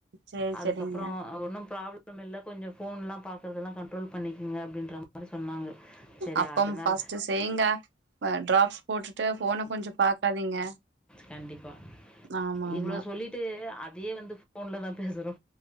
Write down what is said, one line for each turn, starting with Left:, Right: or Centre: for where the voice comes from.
Right: செரி
Centre: அதுக்கப்றோ
Right: செரிங்க
Centre: ஒண்ணும் ப்ராப்ளம் இல்ல கொஞ்சொ ஃபோன்லா பாக்குறதுலா கண்ட்ரோல் பண்ணிக்குங்க அப்டின்ற மாரி சொன்னாங்க சரி
Right: அப்பம்
Centre: அதனால
Right: ஃபஸ்ட்டு செய்ங்க வ ட்ராப்ஸ் போட்டுட்டு போன கொஞ்சொ பாக்காதீங்க
Centre: கண்டிப்பா
Right: ஆமா ஆமா
Centre: இவ்ளோ சொல்லிட்டு அதையே வந்து ஃபோன்லதா பேசுறோ